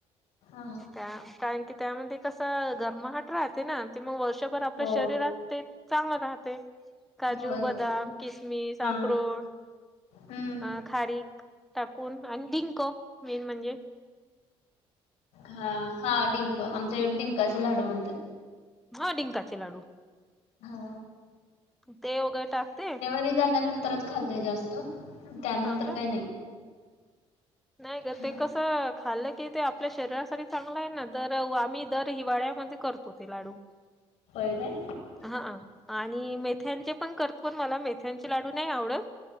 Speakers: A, on the left (about 80°); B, in the centre.
A: हा
B: त्या कारण की त्यामध्ये कसं गर्महाट राहते ना ते मग वर्षभर आपल्या
A: हो
B: शरीरात ते चांगलं राहते काजू,
A: होय
B: बदाम,
A: होय
B: किसमिस
A: हा
B: अक्रोड
A: हम्म
B: अ खारीक टाकून आणि डिंक मेन म्हणजे
A: हा हा डिंक आमच्याकडे डिंकाचे लाडू म्हणतात.
B: हा डिंकाचे लाडू
A: हा
B: ते वगैरे टाकते.
A: डिलेवरी झाल्यानंतरच खालते जास्त त्यानंतर
B: हा का
A: काही नाही.
B: नाही ग
A: हा
B: ते कसं खाल्लं की ते आपल्या शरीरासाठी चांगलं आहे ना दर तर आम्ही दर हिवाळ्यामध्ये करतो ते लाडू.
A: होय काय.
B: हा आणि मेथ्यांचे पण करतो मला मेथ्यांचे लाडू नाही आवडत.